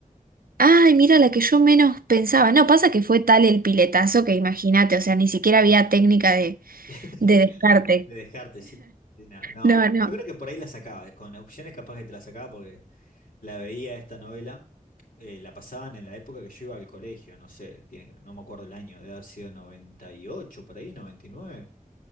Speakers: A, on the right; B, on the left.
A: Ay, mira, la que yo menos pensaba. No, pasa que fue tal el piletazo que imagínate, o sea, ni siquiera había técnica de,
B: <laughs>
A: de descarte.
B: De descarte, sí. Sí, No, no,
A: No, no.
B: yo creo que por ahí la sacaba, eh, con opciones capaz que te la sacaba porque la veía esta novela, eh, la pasaban en la época que yo iba al colegio, no sé, tiene, que- no me acuerdo el año, debe haber sido 98, por ahí, 99.